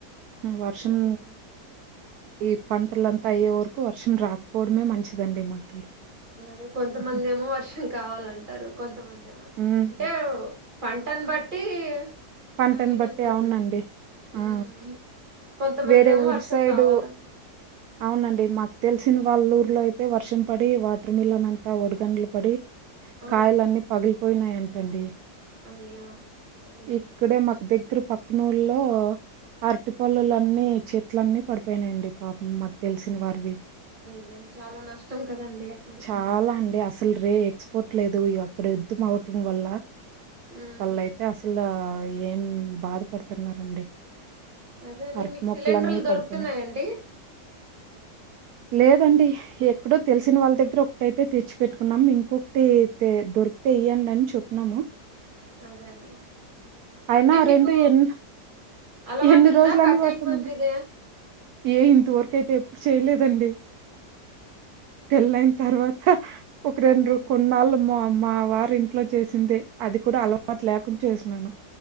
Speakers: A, on the right; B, on the right.
A: వర్షం
B: అదే అండి.
A: ఈ పంటలంతా అయ్యే వరకు వర్షం రాకపోవడమే మంచిదండి మాకి
B: అదే కొంతమంది
A: హుహు.
B: ఏమో వర్షం కావాలంటారు మమందేమ
A: హ్మ్
B: అంటేఓ పంటన్ బట్టి
A: పంటన్
B: ఆ ఇది
A: బట్టి
B: ఉంటుంది
A: అవునండి
B: ఉమ్
A: ఆ
B: కొంతమంది
A: వేరే
B: ఏమో
A: ఊరు
B: వర్షం
A: సైడు
B: కావాలంట
A: అవునండి మత్ తెలిసిన వాళ్ళ ఊర్లో అయితే వర్షం పడి వాటర్ మిలన్ అంతా ఒడిగనులు పడి
B: ఆ
A: కాయలన్నీ పగిలి పోయినాయంటండి.
B: అయ్యో అదే అండి
A: ఇక్కడే మాకు దగ్గర పక్కనూరులో అరటి పొలాలన్నీ చెట్లన్నీ పడిపోయినాయిండి పాపం మాకు తెలిసిన వారివి
B: అయ్యో చాలా నష్టం కదండి అట్లయితే
A: చాలా అండి. అసలు రే ఎక్స్పోర్ట్ లేదు అక్కడ యుద్ధం అవటం వల్ల
B: ఉమ్
A: వాళ్లయితే అస్ ఇలా ఏం బాధపడుతున్నారండి
B: అదే అండి
A: అరటి
B: మీకు
A: మొక్కలన్నీ
B: సిలిండర్లు దొరుకుతున్నాయా
A: పడిపోయినాయి.
B: అండి
A: లేదండి ఎ ఎక్కడో తెలిసిన
B: ఉమ్,
A: వాళ్ళ దగ్గర ఒకటయితే తెచ్చి పెట్టుకున్నాము ఇంకొకటి అయితే దొరికితే ఇయ్యండి అని చెప్పినాము
B: అదే అండి
A: అయినా
B: అంటే
A: రెండు
B: మీకు
A: ఎన్
B: అలవాటు
A: ఎన్ని
B: ఉందా
A: రోజులని
B: కట్టెల
A: వాడతామండి.
B: పొయ్యి మీద
A: ఏ ఇంతవరకు అయితే ఎప్పుడు చేయలేదండి పెళ్ళయిన తర్వాత ఒక రెండు
B: అదే అండి
A: కొన్నాళ్ళు మా మా వారు ఇంట్లో చేసిందే అది కూడా అలవాటు
B: ఉమ్,
A: లేకుండా చేసినాను